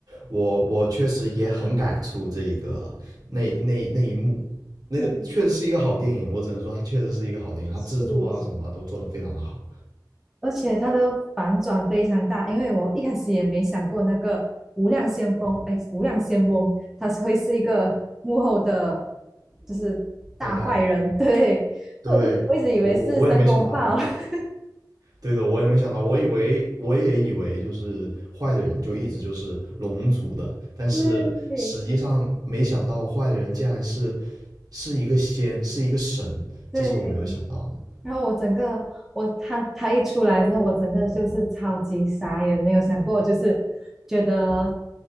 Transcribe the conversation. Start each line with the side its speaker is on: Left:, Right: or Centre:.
Right: 我我确实也很感触这个那那那一幕，那个确实是一个好电影，
Centre: 对，
Right: 我只能说它确实是一个好电影，
Centre: 是。
Right: 它制作啊什么都做得非常的好，
Centre: 而且它的反转非常大，因为我一开始也没想过那个无量先锋，哎，无量先翁，他是会是一个幕后的，就是大坏人。
Right: 坏蛋，
Centre: <laughs> 对，
Right: 对，
Centre: 我一我一直以为是申公豹。
Right: 我我我也没想到，
Centre: <laughs>
Right: 对的，我也没想到，我以为我也以为就是坏的人就一直就是龙族的，但是实际上没想到坏的人竟然是
Centre: 对
Right: 是一个仙，是一个神，
Centre: 对，
Right: 这是我没有想到的。
Centre: 然后我整个我他他一出来之后，我整个就是超级傻眼，没有想过，就是觉得